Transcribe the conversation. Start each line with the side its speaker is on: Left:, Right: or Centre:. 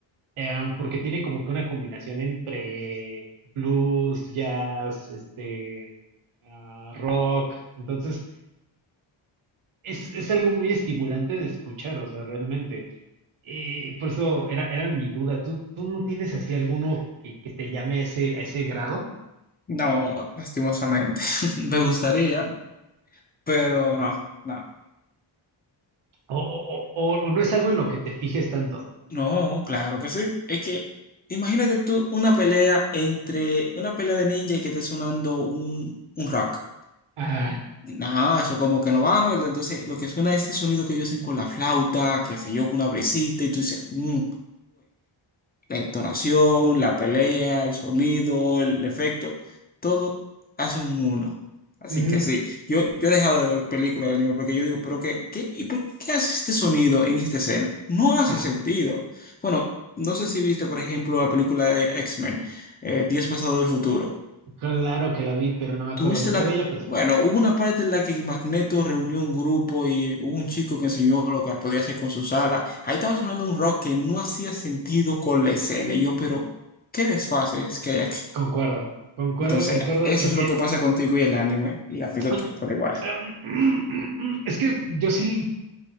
Right: Em, porque tiene como que una combinación entre blues, jazz, este, ah, rock. Entonces, es, es algo muy estimulante de escuchar, o sea, realmente. Y por eso era, era mi duda. ¿Tú, tú no tienes así alguno que, que te llame a ese, a ese grado?
Left: No, lastimosamente. <laughs> Me gustaría, pero no, no.
Right: ¿O, o, o- o no es algo en lo que te fijes tanto?
Left: No, claro que sí. Es que imagínate tú una pelea entre una pelea de ninja y que esté sonando un, un rock.
Right: Ah,
Left: No, eso como que no va, ¿no? ¿Verdad? Entonces, lo que suena es ese sonido que ellos hacen con la flauta, qué sé yo, con una brisita, y tú dices, mmm, la entonación, la pelea, el sonido, el efecto, todo hace un uno. Así
Right: ujú,
Left: que sí, yo, yo he dejado de ver películas de anime porque yo digo, pero qué, qué, ¿y por qué hace este sonido en esta escena? No hace
Right: ajá.
Left: sentido. Bueno, no sé si viste, por ejemplo, la película de X-Men, eh, Días Pasados del Futuro.
Right: Claro que la vi, pero no me acuerdo
Left: Tuviste
Right: mucho
Left: la...
Right: de ella, pero
Left: Bueno,
Right: sí la vi.
Left: hubo una parte en la que Magneto reunió un grupo y hubo un chico que enseñó lo que podía hacer con sus alas. Ahí estaba sonando un rock que no hacía sentido con la escena. Y yo, pero, ¿qué desfases que hay aquí?
Right: Concuerdo, concuerdo,
Left: Entonces,
Right: concuerdo.
Left: eso
Right: En,
Left: es lo
Right: en,
Left: que pasa contigo y el anime. Y la película
Right: <clears throat>
Left: t- por igual.
Right: <clears throat> Mm, Es que yo sí